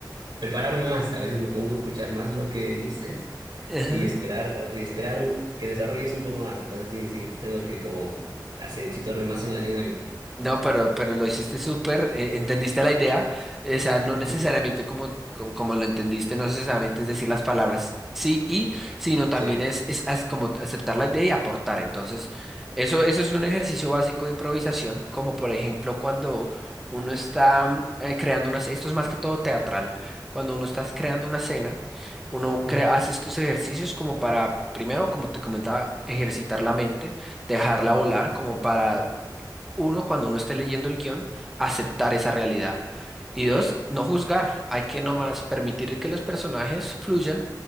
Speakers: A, on the right; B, in the centre.
A: prepararme más. A veces me pongo a escuchar más lo que dices
B: <laughs>
A: y esperar, y esperar un- que desarrolles un poco más. Entonces sí, sí, tengo que como así, situarme más en la dinámica.
B: No, pero, pero lo hiciste súper, eh, entendiste la idea, o sea, no
A: Ujú.
B: necesariamente como, como, como lo entendiste, no necesariamente es decir las palabras sí y, sino también
A: Sí.
B: es, es, as- como aceptar la idea y aportar. Entonces, eso, eso es un ejercicio básico de improvisación, como por ejemplo cuando uno está mm, eh, creando unas, esto es más que todo teatral, cuando uno está creando una escena, uno
A: Ujú.
B: crea, hace estos ejercicios como para, primero, como te comentaba, ejercitar la mente dejarla volar como para uno, cuando uno esté leyendo el guión, aceptar esa realidad. Y dos,
A: Sí,
B: no juzgar. Hay que nomás permitir que los personajes fluyan